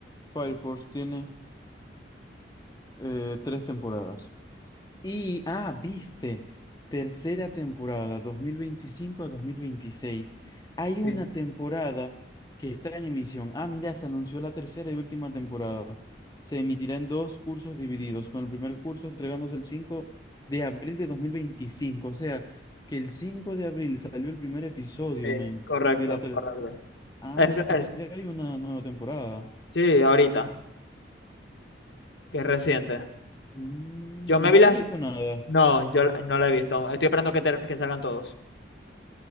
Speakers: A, on the left; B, on the left.
A: Fire Force tiene eh, tres temporadas. Y, ah, viste, tercera temporada, dos mil veinticinco a dos mil veintiséis Hay
B: Sí,
A: una temporada que está en emisión. Ah, mira, se anunció la tercera y última temporada. Se emitirá en dos cursos divididos, con el primer curso entregándose el cinco de abril de dos mil veinticinco O sea, que el cinco de abril salió el primer episodio,
B: sí,
A: men,
B: correcto,
A: de la ter-
B: correcto.
A: Ah,
B: Es-
A: o sea que
B: es-
A: sí hay una nueva temporada.
B: sí, ahorita, que es reciente.
A: Mm,
B: Yo me
A: y no
B: vi las...
A: he visto nada.
B: No, yo la- no la he visto. Estoy esperando que, ter- que salgan todos.